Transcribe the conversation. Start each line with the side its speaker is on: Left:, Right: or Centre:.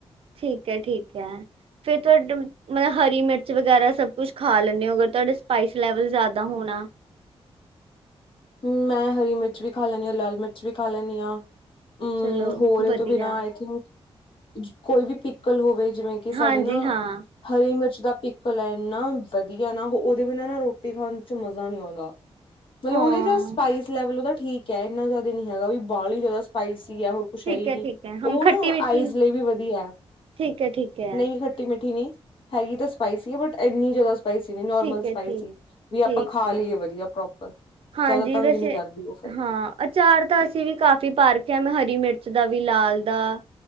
Right: ਠੀਕ ਹੈ-ਠੀਕ ਹੈ ਫੇਰ ਤੁਹਾਡਾ ਮਤਲਬ ਹਰੀ ਮਿਰਚ ਵਗੈਰਾ ਸਭ ਕੁੱਛ ਖਾ ਲੈਂਦੇ ਹੋ ਅਗਰ ਤੁਹਾਡੇ ਸਪਾਈਸ ਲੈਵਲ ਜਾਦਾ ਹੋਣਾ
Left: ਹਮ ਮੈਂ ਹਰੀ ਮਿਰਚ ਵੀ ਖਾ ਲੈਨੀ ਹਾਂ, ਲਾਲ ਮਿਰਚ ਵੀ ਖਾ ਲੈਨੀ ਹਾਂ। ਹਮ
Right: ਚਲੋ
Left: ਹੋਰ ਇਹ
Right: ਵਧੀਆ
Left: ਤੋਂ ਬਿਨਾਂ ਆਈ ਥਿੰਕ ਕੋਈ ਵੀ ਪੀਕਲ ਹੋਵੇ ਜਿਵੇਂ ਕਿ ਸਾਡੇ
Right: ਹਾਂਜੀ
Left: ਨਾ
Right: ਹਾਂ
Left: ਹਰੀ ਮਿਰਚ ਦਾ ਪੀਕਲ ਹੈ ਇੰਨਾ ਵਧੀਆ ਨਾ ਉਹਦੇ ਬਿਨਾਂ ਨਾ ਰੋਟੀ ਖਾਣ ਚ ਮਜ਼ਾ ਨੀ ਆਉਂਦਾ। ਮਤਲਬ
Right: ਹਾਂ
Left: ਉਹਦੇ ਸਪਾਈਸ ਲੈਵਲ ਉਹਦਾ ਠੀਕ ਹੈ ਇਨਾ ਜਿਆਦਾ ਨੀ ਹੈਗਾ ਵੀ ਬਾਲੀ ਜਾਦਾ ਸਪਾਈਸੀ ਆ ਹੋਰ ਕੁਛ
Right: ਠੀਕ
Left: ਹੈ ਹੀ ਨਹੀਂ
Right: ਠੀਕ ਹੈ ਹਮ
Left: ਉਹ
Right: ਖੱਟੀ
Left: ਨਾ
Right: ਮਿੱਠੀ
Left: ਆਈਜ਼ ਲਈ ਵੀ ਵਧੀਆ।
Right: ਠੀਕ ਹੈ ਠੀਕ ਹੈ
Left: ਨਹੀਂ ਖੱਟੀ ਮਿੱਠੀ ਨੀ ਹੈਗੀ ਤਾਂ ਸਪਾਈਸੀ ਹੈ ਬਟ ਇੰਨੀ ਜਾਦਾ ਸਪਾਈਸੀ ਨੀ ਨੋਰਮਲ
Right: ਠੀਕ
Left: ਸਪਾਈਸੀ
Right: ਹੈ ਠੀਕ
Left: ਵੀ
Right: ਠੀਕ
Left: ਆਪਾਂ ਖਾ
Right: ਹੈ
Left: ਲਈਏ ਵਧੀਆ ਪ੍ਰੋਪਰ।
Right: ਹਾਂਜੀ
Left: ਜ਼ਿਆਦਾ ਤੰਗ
Right: ਵੈਸੇ
Left: ਨਹੀਂ ਕਰਦੀ ਉਹ ਫਿਰ
Right: ਹਾਂ। ਅਚਾਰ ਤਾਂ ਅਸੀਂ ਵੀ ਕਾਫ਼ੀ ਪਾ ਰੱਖਿਆ ਮੈਂ ਹਰੀ ਮਿਰਚ ਦਾ ਵੀ, ਲਾਲ ਦਾ